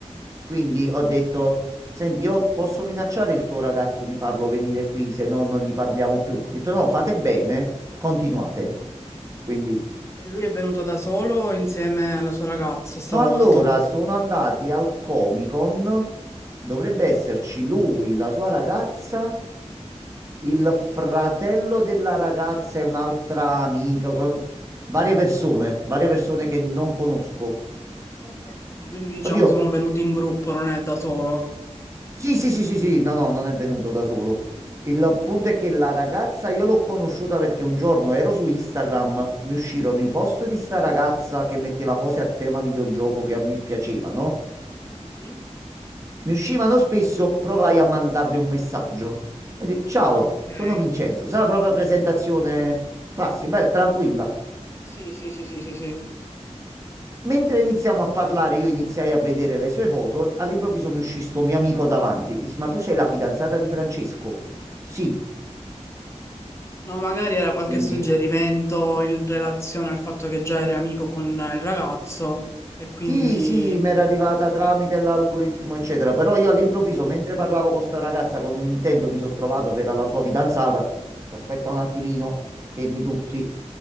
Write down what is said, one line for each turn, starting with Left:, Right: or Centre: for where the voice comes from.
Right: quindi ho detto, senti, io posso minacciare il tuo ragazzo di farlo venire qui, se no non gli parliamo più. Ho detto no, fate bene, continuate. Quindi,
Left: lui è venuto da solo insieme alla sua ragazza stavolta?
Right: no, allora sono andati al Comic Con, dovrebbe
Left: Sì.
Right: esserci lui, la sua ragazza il fratello della ragazza e un'altra amica, com- varie persone, varie persone che non conosco.
Left: Ok. Quindi diciamo
Right: Oddio,
Left: sono venuti in gruppo, non è da solo.
Right: sì, sì, sì, sì, sì, no, no, non è venuto da solo. Il punto è che la ragazza io l'ho conosciuta perché un giorno ero su Instagram, mi uscirono i post di sta ragazza che metteva cose a tema videogioco che a me piacevano.
Left: Mhm.
Right: Mi uscivano spesso, provai a mandarle un messaggio. Mi disse, Ciao,
Left: Ah, ok.
Right: sono Vincenzo. Sai la propria presentazione classica, bella, tranquilla.
Left: Sì, sì, sì, sì, sì, sì.
Right: Mentre iniziamo a parlare, io iniziai a vedere le sue foto. All'improvviso mi uscì sto mio amico davanti. Dissi: Ma tu sei la fidanzata di Francesco? Sì,
Left: No, magari era qualche
Right: quindi
Left: suggerimento in relazione al fatto che già eri amico con il ragazzo e quindi,
Right: sì, sì,
Left: eh,
Right: mi era arrivata tramite l'algoritmo, eccetera. Però io all'improvviso, mentre parlavo
Left: sì.
Right: con sta ragazza con un intento, mi sono trovato che era la sua fidanzata. Aspetta un attimino, fermi tutti.